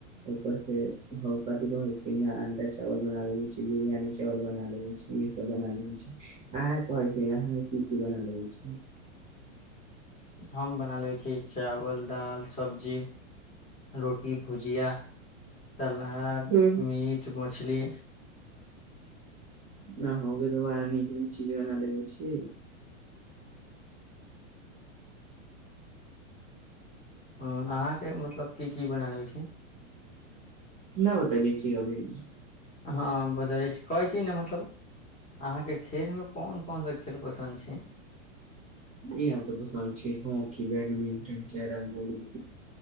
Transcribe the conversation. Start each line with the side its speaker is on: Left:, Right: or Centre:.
Right: ऊपरसँ भगवति रहै छै न अंडा चावल बना लेबै छी बिरियानी चावल बना इेहे सब बना लेबै छी। अहाँक कहै छी ने अहाँ की की बना लेबै छी!
Left: हम बना लेबै छी चावल, दाल, सब्जी। रोटी भुजिया। सल्हाद,
Right: छी
Left: मीट, मछली।
Right: न होके तऽ बारा नीक- नीक चीज बना लेबै छी।
Left: हँ अहाँके मतलब की की बनाय लेबै छी?
Right: न बतैने छी अभी?
Left: हँ बतैने छी। कहै छी ने मतलब अहाँके खेलमे कोन कोन सा खेल पसन्द छै?
Right: ई हमके पसन्द छै hockey, badminton, carrom board,